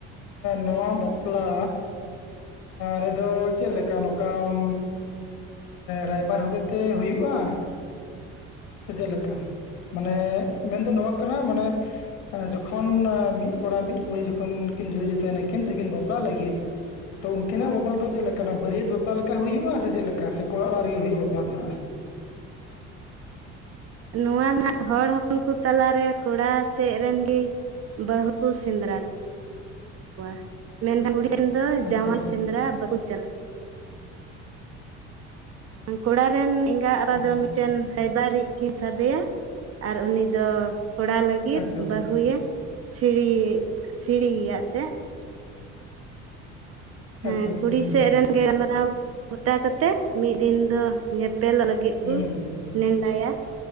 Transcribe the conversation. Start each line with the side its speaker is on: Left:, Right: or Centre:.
Left: ᱱᱚᱣᱟ ᱵᱟᱯᱞᱟ ᱨᱮᱫᱚ ᱪᱮᱜ ᱞᱮᱠᱟ ᱱᱚᱝᱠᱟᱢ? ᱨᱟᱭᱵᱟᱨ ᱦᱚᱛᱮᱡ ᱛᱮ ᱦᱩᱭᱩᱜᱼᱟ᱾ ᱥᱮ ᱪᱮᱜ ᱞᱮᱠᱟ ᱢᱟᱱᱮ ᱢᱮᱱ ᱫᱚ ᱱᱚᱣᱟ ᱠᱟᱱᱟ ᱢᱟᱱᱮ ᱡᱚᱠᱷᱚᱱ ᱢᱤᱫ ᱠᱚᱲᱟ ᱢᱤᱫ ᱠᱩᱲᱤ ᱡᱚᱠᱷᱚᱱ ᱠᱤᱱ ᱡᱩᱨᱤ ᱡᱚᱛᱟᱭ ᱱᱟᱠᱤᱱ ᱥᱮᱠᱤᱱ ᱵᱟᱯᱞᱟᱜ ᱞᱟᱹᱜᱤᱫ, ᱛᱚ ᱩᱱᱠᱤᱱᱟᱜ ᱵᱟᱯᱞᱟ ᱫᱚ ᱪᱮᱜ ᱞᱮᱠᱟ ᱚᱱᱟ ᱵᱟᱹᱨᱭᱟᱹᱛ ᱵᱟᱯᱞᱟ ᱞᱮᱠᱟ ᱦᱩᱭᱩᱜᱼᱟ ᱥᱮ ᱪᱮᱜ ᱞᱮᱠᱟ ᱥᱮ ᱠᱚᱲᱟ ᱟᱜ ᱤᱭᱟᱹ ᱦᱩᱭᱩᱜᱼᱟ ᱵᱟᱯᱞᱟ ᱫᱚ ᱦᱟᱸᱜ,
Right: ᱱᱚᱣᱟ ᱱᱟᱦᱟᱜ ᱦᱚᱲ ᱦᱚᱯᱚᱱ ᱠᱚ ᱛᱟᱞᱟᱨᱮ ᱠᱚᱲᱟ ᱥᱮᱜ ᱨᱮᱱ ᱜᱤ ᱵᱟᱹᱦᱩ ᱥᱮᱸᱫᱽᱨᱟ ᱠᱚᱣᱟ, ᱢᱮᱱᱠᱷᱟᱱ ᱠᱩᱲᱤ ᱥᱮᱱ ᱫᱚ
Left: ᱟᱪᱪᱷᱟ
Right: ᱡᱟᱶᱟᱭ
Left: ᱟᱪᱪᱷᱟ
Right: ᱥᱮᱸᱫᱽᱨᱟ ᱵᱟᱠᱩ ᱪᱟᱞᱟᱜᱼᱟ᱾ ᱠᱚᱲᱟ ᱨᱮᱱ ᱮᱸᱜᱟ ᱟᱯᱟ
Left: ᱟᱪᱪᱷᱟ
Right: ᱫᱚ ᱢᱤᱫᱴᱮᱱ,
Left: ᱟᱪᱪᱷᱟ
Right: ᱨᱟᱭᱵᱟᱨᱤᱡ ᱠᱤᱱ ᱥᱟᱵᱮᱭᱟ ᱟᱨ ᱩᱱᱤ ᱫᱚ ᱠᱚᱲᱟ ᱞᱟᱹᱜᱤᱫ
Left: ᱮᱠᱫᱚᱢ
Right: ᱵᱟᱹᱦᱩᱭᱮ ᱥᱤᱲᱤᱭ ᱥᱤᱲᱤᱭᱟ ᱮᱱᱛᱮᱫ ᱦᱮᱸ
Left: ᱟᱪᱪᱷᱟ ᱟᱪᱪᱷᱟ
Right: ᱠᱩᱲᱤ
Left: ᱦᱩᱸ
Right: ᱥᱮᱜ ᱨᱮᱱ, ᱜᱮ ᱢᱟᱨᱟᱣ ᱜᱳᱴᱟ ᱠᱟᱛᱮᱜ ᱢᱤᱜ ᱫᱤᱱ ᱫᱚ ᱧᱮᱯᱮᱞᱚᱜ ᱞᱟᱹᱜᱤᱫ
Left: ᱦᱩᱸ ᱦᱩᱸ
Right: ᱠᱚ
Left: ᱦᱩᱸ
Right: ᱱᱮᱱᱰᱟᱭᱟ